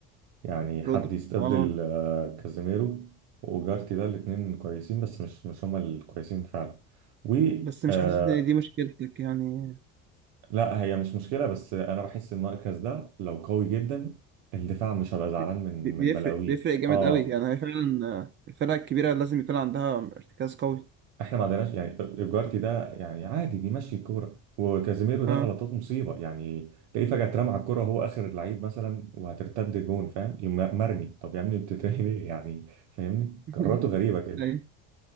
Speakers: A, on the right; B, on the right.
A: يعني
B: رودري
A: حد يستبدل
B: اه
A: آه، كازيميرو وجارتي ده الاتنين كويسين بس مش مش هما الكويسين فعلا و
B: بس مش
A: آه،
B: حاسس ان دي مشكلتك يعني
A: لا هي مش مشكله بس انا بحس المركز ده لو قوي جدا الدفاع مش هبقى زعلان
B: بي-
A: من
B: بيفرق
A: من بلاوي
B: بيفرق جامد
A: اه
B: قوي يعني هي فعلا آه، الفرقة الكبيرة لازم يكون عندها ارتكاز قوي
A: احنا ما عندناش يعني الجارتي ده يعني عادي بيمشي الكوره وكازيميرو ده
B: اه
A: غلطات مصيبه يعني تلاقيه فجاه اترمى على الكوره وهو اخر اللعيب مثلا وهترتد جون فاهم يقوم مرمي طب يا ابني بتتهني ليه يعني فاهمني
B: <laughs>
A: قراراته غريبه كده
B: ايوه